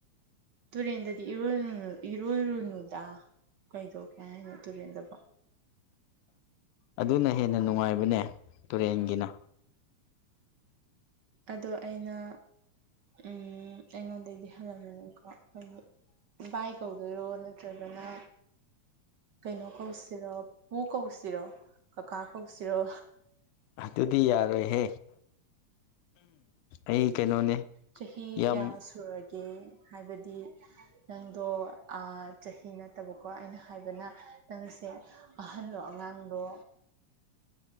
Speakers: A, on the right; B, on the left.
A: ꯇꯨꯔꯦꯟꯗꯗꯤ ꯏꯔꯣꯏꯨ ꯏꯔꯣꯏꯔꯨꯅꯨꯗ ꯀꯩꯗꯧꯒꯦ ꯍꯥꯏꯅ ꯇꯨꯔꯦꯟꯗꯕꯣ
B: ꯑꯗꯨꯅ ꯍꯦꯟꯅ ꯅꯨꯡꯉꯥꯏꯕꯅꯦ ꯇꯨꯔꯦꯟꯒꯤꯅ
A: ꯑꯗꯣ ꯑꯩꯅ ꯎꯝ ꯑꯩꯉꯣꯟꯗꯗꯤ ꯍꯜꯂꯝꯒꯅꯤꯀꯣ ꯑꯈꯣꯏꯒꯤ ꯏꯕꯥꯏ ꯀꯧꯗꯣꯏꯔꯣ ꯅꯠꯇ꯭ꯔꯒꯅ ꯀꯩꯅꯣ ꯀꯧꯁꯤꯔꯣ ꯄꯨ ꯀꯧꯁꯤꯔꯣ ꯀꯀꯥ ꯀꯧꯁꯤꯔꯣ
B: ꯑꯗꯨꯗꯤ ꯌꯥꯔꯣꯏꯍꯦ ꯑꯩ ꯀꯩꯅꯣꯅꯦ
A: ꯆꯍꯤ
B: ꯌꯥꯝ
A: ꯀꯌꯥ ꯁꯨꯔꯒꯦ ꯍꯥꯏꯕꯗꯤ ꯅꯪꯗꯣ ꯑ ꯆꯍꯤ ꯅꯠꯇꯕꯀꯣ ꯑꯩꯅ ꯍꯥꯏꯕꯅ ꯅꯪꯁꯦ ꯑꯍꯜꯂꯣ ꯑꯉꯥꯡꯂꯣ